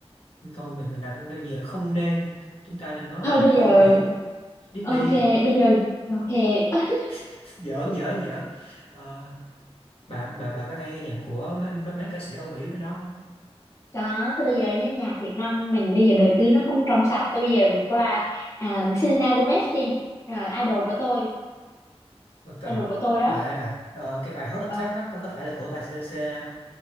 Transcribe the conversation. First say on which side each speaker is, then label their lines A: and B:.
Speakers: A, on the left; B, on the left.
A: thôi mình mình làm đơn gì là không nên chúng ta nên nói
B: thôi
A: về nhạc
B: bây
A: Âu
B: giờ
A: Mỹ Diddy
B: ok bây giờ ok <laughs>
A: <laughs> giỡn giỡn giỡn Ờ, bà bà bà có hay nghe nhạc của mấy mấy, mấy ca sĩ Âu Mỹ với nó không
B: có thôi bây giờ nhá nhạc Việt Nam mình bây giờ đời tư nó không trong sạch thôi bây giờ mình qua à, Selena Gomez đi Rồi, idol của tôi
A: Một từ
B: idol của tôi đó
A: bà ơi bà ờ, cái bài Heart Attack
B: ờ
A: á có có phải là của bà CCC không